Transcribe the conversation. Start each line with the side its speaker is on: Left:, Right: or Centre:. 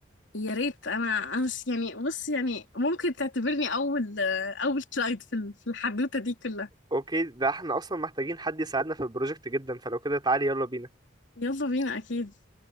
Left: يا ريت انا انا مش- يعني بص يعني ممكن تعتبرني اول اول كلايد في ال- في الحدوته دي كلها
Right: اوكي ده احنا اصلا محتاجين حد يساعدنا في البروجكت جدا فلو كده تعالي يلا بينا
Left: يلا بينا اكيد